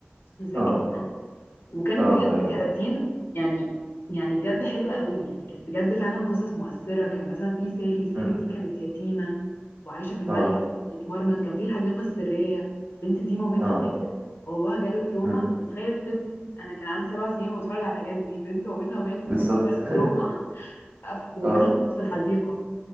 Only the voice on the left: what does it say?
ذكر
وكانت
بجد
كراتين يعني يعني بجد حلوة قوي يعني كانت بجد فعلا قصص مؤثرة كان مثلا في سالي سالي
دي كانت يتيمة وعايشة في الملجأ
وبتتمرمط كان في الحديقة السرية البنت دي مامتها
ماتت وباباها جاله تروما
انت متخيل طفل انا كان عندي سبع سنين وبتفرج على الحاجات دي بنت مامتها ماتت
وباباها جاله
تروما فقف- ومامتها
ماتت في الحديقة